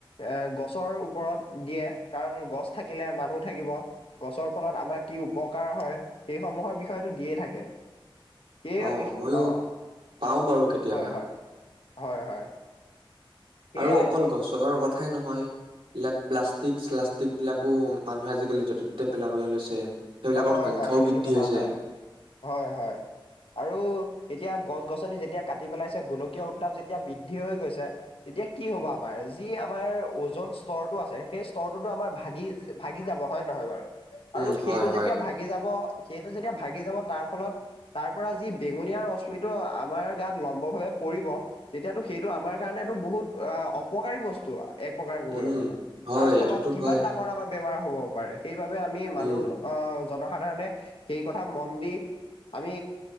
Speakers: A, on the left; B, on the right.
A: এ গছৰ ওপৰত দিয়ে কাৰণ গছ থাকিলে, মানুহ থাকিব গছৰ ফলত আমাৰ কি উপকাৰ হয় সেইসমূহৰ বি হেইটো দিয়ে থাকে সেইয়ে
B: অ ময়ো
A: অ
B: পাওঁ বাৰু কেতিয়াবা
A: হয় হয় হয়
B: উম,
A: হয় সেয়াই
B: আৰু অকল গছৰ কথাই নহয় এইলাক প্লাষ্টিক চ্লাষ্টিক বিলাকো মানুহে আজিকালি য'ততে পেলাবলে লৈছে সেইবিলাকৰ
A: অ হয়
B: সংখ্যাও
A: হয় সেইটো
B: বৃদ্ধি
A: কথা
B: হৈছে
A: হয় হয় হয় আৰু এতিয়া গছ গছনি যেতিয়া কাটি পেলাইছে গোলকীয় উত্তাপ যেতিয়া বৃদ্ধি হৈ গৈছে তেতিয়া কি হব আমাৰ যি আমাৰ ওজন স্তৰটো আছে সেই স্তৰটোতো আমাৰ ভাগি ভাগি যাব হয় নহয় বাৰু
B: উম
A: আৰু সেইটো
B: হয়
A: যেতিয়া ভাগি যাব সেইটো যেতিয়া ভাগি যাব তাৰ ফলত তাৰ পৰা যি বেঙুনীয়া ৰশ্মিটো আমাৰ গাত লম্ব ভাৱ পৰিব তেতিয়াতো সেইটো আমাৰ কাৰণেটো বহুত অ অপকাৰী বস্তু এক প্ৰকাৰ কবলৈ
B: উম
A: গ'লে
B: হয়
A: তাৰ ফলত
B: এইটোতো
A: কিমান
B: হয়
A: ডাঙৰ ডাঙৰ বেমাৰ হব পাৰে সেইবাবে আমি মানুহ
B: উম
A: আহ জনসাধাৰণে সেই কথা মন দি আমি